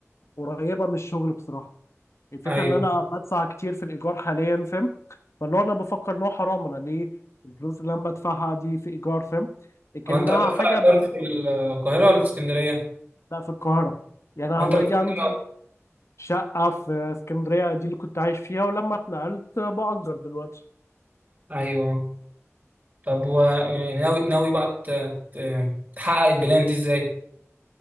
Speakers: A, on the left; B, on the right.
A: قريبه من الشغل بصراحه الفكره
B: أيوه
A: ان انا بدفع كتير في الايجار حاليا فاهم فاللي هو انا بفكر ان هو حرام انا ليه الفلوس اللي انا بدفعها دي في ايجار فاهم لكنها
B: هو أنت هترفع
A: حاجه
B: إقامة
A: بت-
B: في القاهرة ولا في اسكندرية
A: لا في القاهره يعني انا
B: وأنت
A: اوريدي
B: في اسكندرية
A: عندي شقة في اسكندرية دي اللي كنت عايش فيها ولما اتنقلت بأجر دلوقتي
B: أيوه طب و يعني ناوي ناوي بقى ت- ت- تحقق البلان دي إزاي